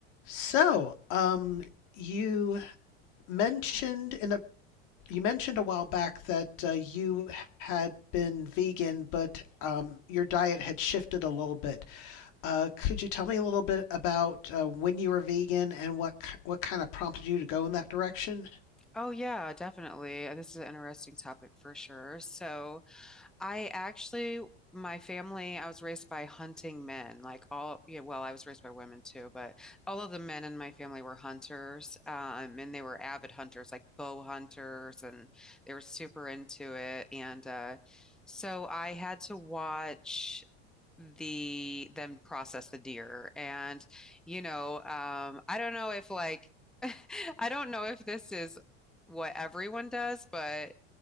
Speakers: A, on the left (about 60°); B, in the centre.
A: So, um, you mentioned in a you mentioned a while back that uh, you had been vegan, but um, your diet had shifted a little bit. Uh, could you tell me a little bit about uh, when you were vegan and what k- what kind of prompted you to go in that direction?
B: Oh, yeah, definitely. Uh, This is an interesting topic for sure. So, I actually, my family, I was raised by hunting men. Like all, yeah, well, I was raised by women too, but all of the men in my family were hunters. Um, and they were avid hunters, like bow hunters, and they were super into it. And uh, so I had to watch the them process the deer. And, you know, um, I don't know if like <laughs> I don't know if this is what everyone does, but